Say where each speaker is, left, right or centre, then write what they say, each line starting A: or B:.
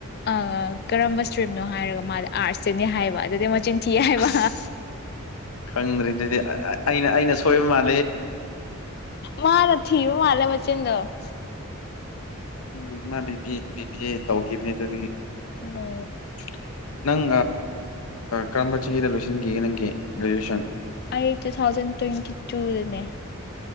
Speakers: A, on the left; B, on the left.
A: ꯑ ꯀꯔꯝꯕ ꯏꯁꯇ꯭ꯔꯤꯝꯅꯣ ꯍꯥꯏꯔꯒ ꯃꯥꯗ ꯑꯥꯔꯠꯁꯇꯅꯤ ꯍꯥꯏꯕ ꯑꯗꯨꯗꯤ ꯃꯆꯤꯟ ꯊꯏ ꯍꯥꯌꯕꯥ
B: ꯑꯁ ꯈꯪꯗ꯭ꯔꯦ ꯑꯗꯨꯗꯤ ꯑꯩꯅ ꯑꯩꯅ ꯁꯣꯏꯕ ꯃꯥꯜꯂꯦ
A: ꯃꯥꯅ ꯊꯕ ꯃꯥꯂ ꯃꯆꯤꯟꯗꯣ <inaudible>
B: ꯎꯝ ꯃꯥꯕꯤ ꯕꯤꯕꯤ ꯑꯦ ꯇꯧꯈꯤꯕꯅꯦ ꯑꯗꯨꯗꯤ <inaudible>
A: ꯑꯣ
B: ꯅꯪ ꯀꯔꯝꯕ ꯆꯍꯤꯗ ꯂꯣꯏꯁꯤꯟꯈꯤꯒꯦ ꯅꯪꯒꯤ ꯒ꯭ꯔꯦꯖꯨꯑꯦꯁꯟ
A: ꯑꯩ ꯇꯨ ꯊꯥꯎꯖꯟ ꯇ꯭ꯋꯦꯟꯇꯤ ꯇꯨꯗꯅꯦ